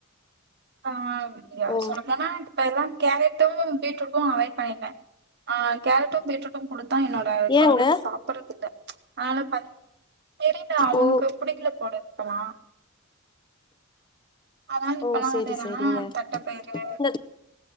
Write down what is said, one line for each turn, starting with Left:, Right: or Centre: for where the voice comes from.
Right: ஆ யா
Left: ஓ
Right: சொன்னப் <unintelligible> இப்ப என்னா கேரட்டூ பீட்ரூட்டு அவாய்ட் பண்ணீட்ட அ கேரட்டு பீட்ரூட் ட்டு குடுத்தா என்னோட
Left: ஏங்க
Right: கொழந்தைக்கு சாப்படறதுல்ல அதனால ப தெரில அவனுக்கு
Left: ஓ
Right: புடிக்கல போல இருக்குமா அதனால இப்பெல்லா
Left: ஓ சேரி
Right: வந்து என்னன்னா
Left: சேரிங்க
Right: தட்டப்பயிரு
Left: இந்த